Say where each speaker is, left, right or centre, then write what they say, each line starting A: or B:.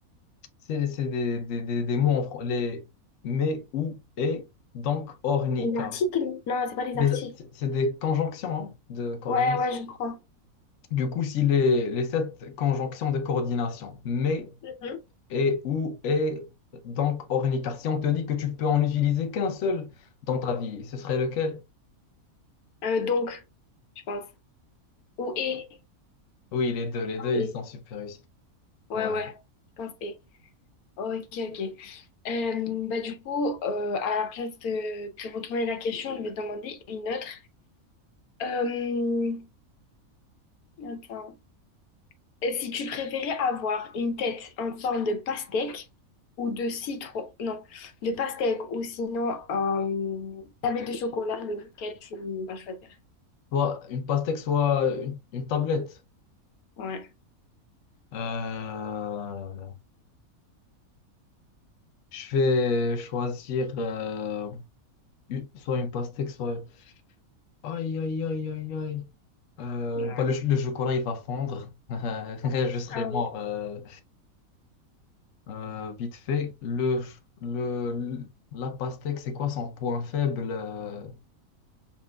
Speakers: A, on the left; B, on the left.
A: c'est, c'est des, des, des, des mots en français. Les, mais où est donc Ornica?
B: Les articles? Non, c'est pas les
A: Les-
B: articles.
A: c'est c'est des conjonctions hein, de coordination.
B: Ouais, ouais, je crois.
A: Du coup, si les, les sept conjonctions de coordination, mais
B: Mhm.
A: et où est donc Ornica? Si on te dit que tu peux en utiliser qu'un seul dans ta vie, ce serait lequel?
B: Euh, donc, je pense. Ou et.
A: Oui, les deux, les deux, ils
B: Et.
A: sont super réussis.
B: Ouais,
A: Ouais.
B: ouais, je pense et. Ok, ok. Euh, bah, du coup, euh, à la place de, de retourner la question, je vais te demander une autre. Euh, attends. Et si tu préférais avoir une tête en forme de pastèque ou de citron, non, de pastèque ou sinon euh, tablette de chocolat, lequel tu vas choisir?
A: soit une pastèque, soit une, une tablette.
B: Ouais.
A: Euh, je vais choisir euh, une- soit une pastèque, soit... Aïe, aïe, aïe, aïe, aïe. Euh,
B: Ouais.
A: bah, le, ch- le chocolat, il va fondre. <laughs> Je serai
B: Ah
A: mort
B: oui.
A: euh, euh, vite fait. Le, ch- le, le- la pastèque, c'est quoi son point faible? euh